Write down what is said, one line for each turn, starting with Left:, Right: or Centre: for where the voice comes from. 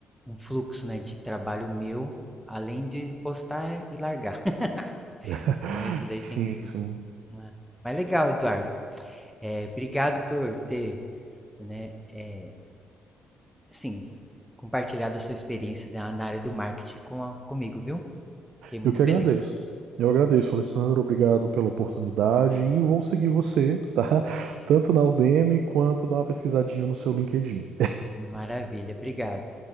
Centre: um fluxo, né, de trabalho meu, além de postar e largar. <laughs>
Right: <laughs>
Centre: Então esse daí
Right: Sim,
Centre: tem que ser.
Right: sim.
Centre: Né? Mas legal, Eduardo. É, obrigado por ter, né, é, sim, compartilhado a sua experiência na na área do marketing com a- comigo, viu? Fiquei muito
Right: Eu que
Centre: feliz.
Right: agradeço. Eu agradeço, Alessandro. Obrigado pela oportunidade e vou seguir você, tá? <laughs> Tanto na Udemy quanto dar uma pesquisadinha no seu LinkedIn.
Centre: Maravilha, obrigado.